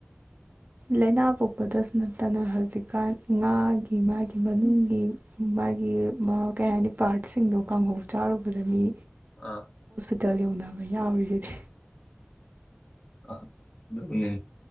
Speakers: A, on the right; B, on the left.
A: ꯂꯩꯅ ꯄꯣꯛꯄꯗꯁꯨ ꯅꯠꯇꯅ ꯍꯧꯖꯤꯛꯀꯥꯟ ꯉꯥꯒꯤ ꯃꯥꯒꯤ ꯃꯅꯨꯡꯒꯤ ꯃꯥꯒꯤ ꯀꯩ ꯍꯥꯏꯅꯤ ꯄꯥꯔꯠꯁꯤꯡꯗꯣ ꯀꯥꯡꯍꯧ ꯆꯥꯔꯨꯕꯗ ꯃꯤ
B: ꯑꯥ
A: ꯗꯥꯛꯇꯔ ꯌꯧꯅꯕ ꯌꯥꯎꯔꯤꯁꯤꯗꯤ꯫
B: ꯑꯥ ꯑꯗꯨꯨꯅꯦ